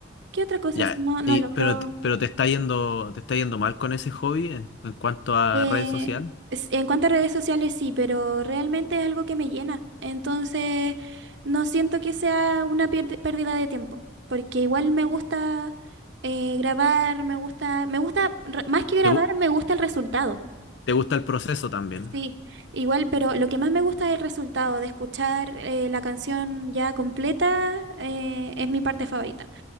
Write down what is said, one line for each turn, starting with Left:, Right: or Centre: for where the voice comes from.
Right: ¿Qué otra cosa
Left: Ya,
Right: es? No, no
Left: y,
Right: logro.
Left: pero, te- pero te está yendo, te está yendo mal con ese hobby en, en cuanto a
Right: Eh,
Left: red social.
Right: s- en cuanto a redes sociales, sí, pero realmente es algo que me llena. Entonces, no siento que sea una pierde- pérdida de tiempo, porque igual me gusta eh, grabar, me gusta, me gusta, re- más que grabar,
Left: ¿Te, gu-
Right: me gusta el resultado.
Left: te gusta el proceso también?
Right: Sí, igual, pero lo que más me gusta es el resultado de escuchar eh, la canción ya completa, eh, es mi parte favorita.